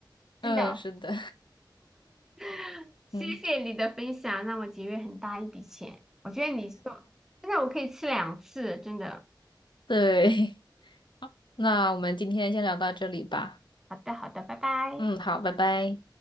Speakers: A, on the left; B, in the centre.
A: 嗯，
B: 真的。
A: 是的。
B: <laughs> 谢谢你的分享，
A: 嗯，
B: 让我节约很大一笔钱。我觉得你说，真的我可以吃两次，真的。
A: 对，<laughs> 那我们今天先聊到这里吧。
B: 好的，好的，拜拜。
A: 嗯，好，拜拜。